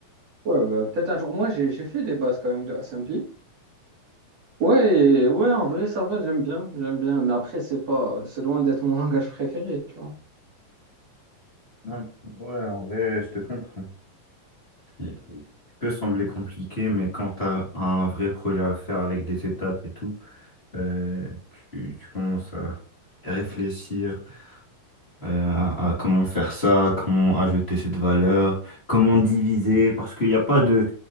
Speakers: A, on the right (about 50°); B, on the left (about 20°).
A: Ouais, bah, peut-être un jour. Moi, j'ai j'ai fait des bases quand même de Assembly. Ouais, et- ouais, en vrai, ça va, j'aime bien, j'aime bien. Mais après, c'est pas, c'est loin d'être mon <laughs> langage préféré, tu vois.
B: Non, ouais, en vrai, je te comprends. Il il peut sembler compliqué, mais quand tu as un vrai projet à faire avec des étapes et tout, euh, tu, tu commences à réfléchir euh, à, à comment faire ça, comment ajouter cette valeur, comment diviser, parce qu'il n'y a pas de,